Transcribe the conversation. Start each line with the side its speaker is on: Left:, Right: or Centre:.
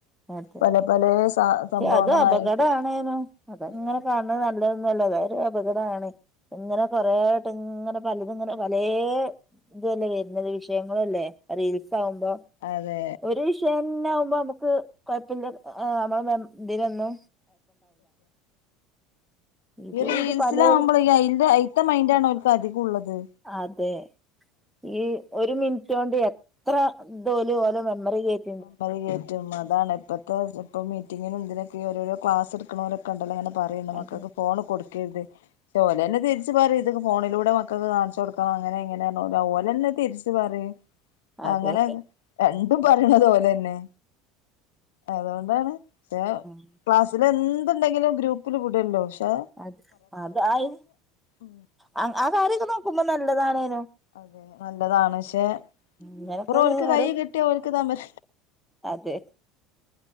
Centre: അതെ
Left: പല പലേ സ സംഭവങ്ങളായിരിക്കും
Centre: അത് അപകട ആണേനോ അതങ്ങനെ
Left: അതാണ്
Centre: കാണ നല്ലതന്നല്ല അത ഒരു അപകടമാണ് ഇങ്ങനെ കൊറേ ആയിട്ട് ഇങ്ങനെ പലതങ്ങനെ പലേ ഇതലെ വരുന്നത് വിഷയങ്ങളല്ലേ റീൽസ് ആവുമ്പോ
Left: അതെ
Centre: ഒരു ചെന്നെ ആകുമ്പോ നമ്മുക്ക് കൊഴപ്പില്ല നമ്മള് ഇതിലന്നു ഇത്
Left: ഈ റീൽസില
Centre: ഇത് പലേത്
Left: ആകുമ്പോള അയ്ന്റെ <unintelligible> മൈൻഡ് ആണോ ഓൽക്ക് അധികോ ഉള്ളത്
Centre: അതെ ഈ ഒരു മിനിറ്റ് കൊണ്ട് എത്ര ഇതോല് ഓലെ മെമ്മറിലേക്
Left: അംപത്കേറ്റും അതാണ് ഇപ്പത്തെ ഇപ്പ മീറ്റിങ്ങിന് ഇതിനൊക്കെ ഓരോരോ ക്ലാസ് എടുക്കുണോലൊ ണ്ടല്ലോ അങ്ങനെ പറയണ്ട് മക്കൾക്ക്
Centre: അതെ
Left: ഫോണ് കൊടുക്കരുത് ട്ടോലെന്നെ തിരിച്ച് പറയ് ണ്ട് ഫോണിലൂടെ മക്കക്ക് കാണിച്ചു കൊടുക്കണോ അങ്ങനെ ഇങ്ങനെ ഓലന്നെ തിരിച്ച് പറയും
Centre: അതെ
Left: അങ്ങനെ രണ്ടും പറ യണതോലെന്നെ. അതുകൊണ്ടാണ് തേ
Centre: ഉം
Left: ക്ലാസ്സില് എന്ത് ഇണ്ടെങ്കിലും ഗ്രൂപ്പില് വിടല്ലോ ഷാ
Centre: അത് അതാ ആയി
Left: ഉം
Centre: ആ ആ കാര്യൊക്കെ നോക്കുമ്പോ നല്ലതാണേനോ
Left: അതെ നല്ലതാണ് പക്ഷെ
Centre: ഇങ്ങനൊക്കെ
Left: ഇങ്ങേപെറോ ഓൽക്ക്
Centre: കേറും
Left: കൈയ്യിൽ കെട്ടിയാ ഓൽക്ക് തമര
Centre: അതെ